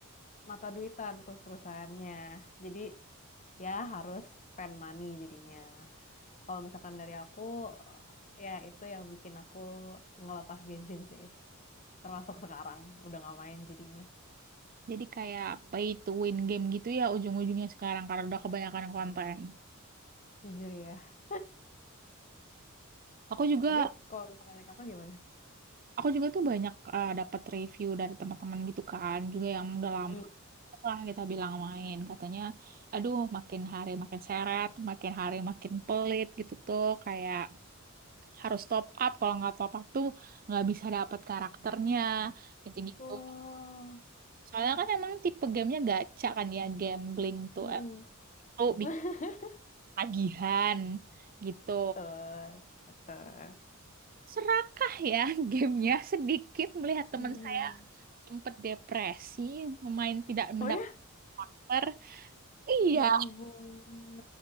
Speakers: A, on the left; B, on the right.
A: mata duitan tuh perusahaannya. Jadi ya harus spend money jadinya. Kalau misalkan dari aku, eh, ya itu yang bikin aku ngelepas Genshin sih. Termasuk sekarang, udah gak main jadinya.
B: jadi kayak pay to win game gitu ya ujung-ujungnya sekarang karena udah kebanyakan konten.
A: Jujur ya.
B: Aku juga
A: Tapi kalau misalkan dari kakak gimana?
B: aku juga tuh banyak eh, dapat review dari teman-teman gitu kan, juga yang udah
A: Mm-mm.
B: lama lah kita bilang main katanya aduh makin hari makin seret makin hari makin pelit gitu tuh kayak harus top up kalau nggak top up tuh nggak bisa dapat karakternya gitu gitu
A: Oh,
B: Soalnya kan emang tipe gamenya gacha kan ya, gambling tuh.
A: mm-mm.
B: eh, Tuh
A: <laughs>
B: bikin tagihan gitu.
A: Betul, betul.
B: Serakah ya <laughs> gamenya sedikit melihat teman
A: Iya.
B: saya sempat depresi, memain tidak mendapat
A: Oh ya?
B: partner. Iya,
A: Ya ampun,